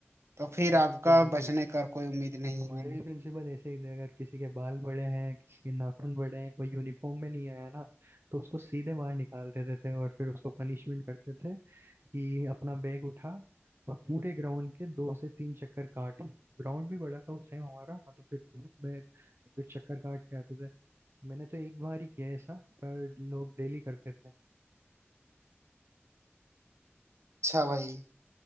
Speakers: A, on the right; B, on the right.
A: तो फिर
B: बिल्कुल
A: आपका
B: बिल्कुल
A: बचने का कोई उम्मीद नहीं
B: हमारे
A: है
B: भी प्रिंसिपल ऐसे ही थे अगर किसी के बाल बड़े हैं किसी के नाखून बड़े हैं कोई यूनिफॉर्म में नहीं आया ना तो उसको सीधे बाहर निकाल देते थे और फिर उसको पनिशमेंट करते थे कि अपना बैग उठा और पूरे ग्राउंड के दो से तीन चक्कर काट ग्राउंड भी बड़ा था उस टाइम हमारा मतलब फिर धूप में फिर चक्कर काट के आते थे मैंने तो एक बार ही किया है ऐसा पर लोग डेली करते थे
A: अच्छा भाई